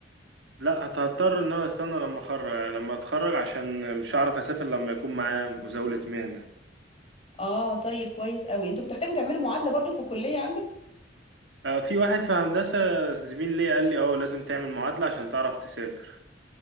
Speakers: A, on the right; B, on the left.
A: لا هت- هضطر إن أنا أستنى لما أخرج لما أتخرج عشان مش هعرف أسافر لما يكون معايا مزاولة مهنة
B: اه طيب كويس قوي انتوا بتحتاجوا تعملوا معادله برضو في الكليه عندك
A: آه، في واحد في هندسة زميل ليا قال لي أه لازم تعمل معادلة عشان تعرف تسافر